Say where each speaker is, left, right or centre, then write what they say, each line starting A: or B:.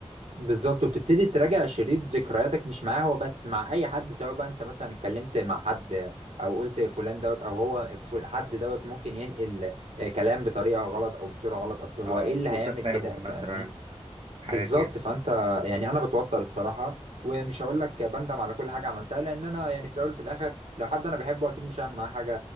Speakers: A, on the right; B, on the right.
A: بالظبط وبتبتدي تراجع شريط ذكرياتك مش معاه هو بس مع اي حد سواء بقى انت مثلا اتكلمت مع حد او قلت فلان دوت او هو فل- حد دوت ممكن ينقل آه، كلام بطريقه غلط او بصوره غلط اصل هو
B: اه
A: ايه اللي
B: سوء
A: هيعمل
B: تفاهم
A: كده
B: مثلا
A: فاهمني
B: حاجة
A: بالظبط
B: كده
A: فانت يعني انا بتوتر الصراحه ومش هقول لك بندم على كل حاجه عملتها لان انا يعني في الاول وفي الاخر لو حد انا بحبه اكيد مش هعمل معاه حاجه